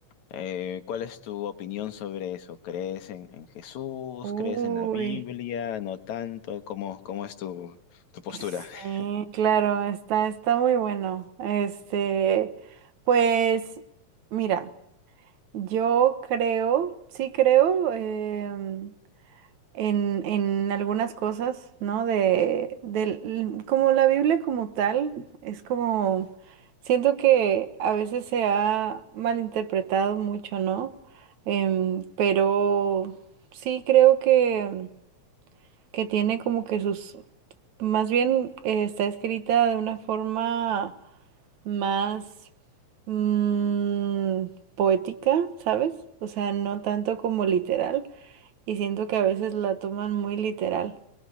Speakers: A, on the left; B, on the right.
A: eh, cuál es tu opinión sobre eso? ¿Crees en, en Jesús?
B: Uy,
A: ¿Crees en la Biblia? ¿No tanto? ¿Cómo, cómo es tu, tu postura?
B: sí,
A: <laughs>
B: claro, está, está muy bueno. Este, pues, mira, yo creo, sí creo em, en, en algunas cosas, ¿no? De, del, como la Biblia como tal, es como, siento que a veces se ha malinterpretado mucho, ¿no? Em, pero sí creo que que tiene como que sus, más bien eh, está escrita de una forma más mm, poética, ¿sabes? O sea, no tanto como literal, y siento que a veces la toman muy literal,